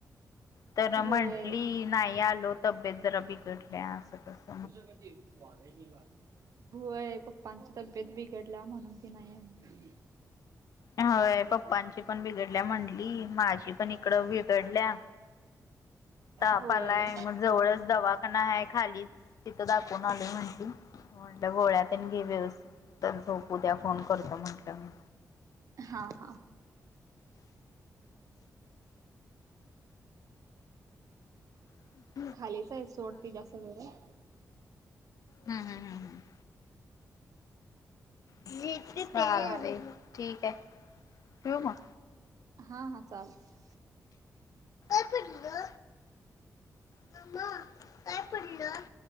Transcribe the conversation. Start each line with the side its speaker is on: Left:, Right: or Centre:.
Left: तर म्हंटली
Right: होय
Left: नाही आलो तब्येत जरा बिघडल्या असं कस.
Right: हझमध्येी वारही ला <unintelligible> होय पप्पांची तब्येत बिघडल्या म्हणून ती नाही आली.
Left: हय पप्पांची पण बिघडल्या म्हटली माझी पण इकड बिघडल्या. ताप
Right: होय
Left: आलाय मग जवळच दवाखाना ण आहे खालीच तिथं दाखवून आलो म्हणटली. म्हटल गोळ्या तेन घे व्यवस्थित झोप उद्या फोन करतो म्हटलं मी.
Right: हां हा.
Left: हम्.
Right: खालीच आहे सोड ते जास्त वगरे
Left: हम् हम हम हम. ठीक आहे
Right: चाल
Left: ठेऊ मग
Right: हा हा चालते.
Left: कायपडलं मम्मा कायपडलं.